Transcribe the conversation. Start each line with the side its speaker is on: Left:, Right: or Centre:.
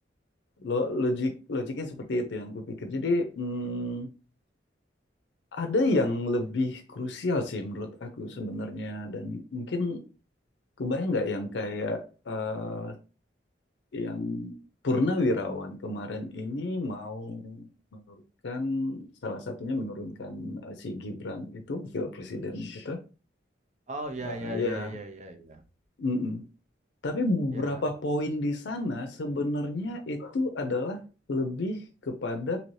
Left: Lo- logik logiknya seperti itu yang gue pikir. Jadi mm, ada yang lebih krusial sih menurut aku sebenarnya dan mungkin kebayang nggak yang kayak eh, yang Purnawirawan kemarin ini mau menurunkan salah satunya menurunkan eh, si Gibran itu wakil presiden gitu.
Right: Oh ya
Left: Eh,
Right: ya
Left: ya,
Right: ya ya ya ya.
Left: mm-mm. Tapi beberapa
Right: Ya,
Left: poin di sana sebenarnya itu adalah lebih kepada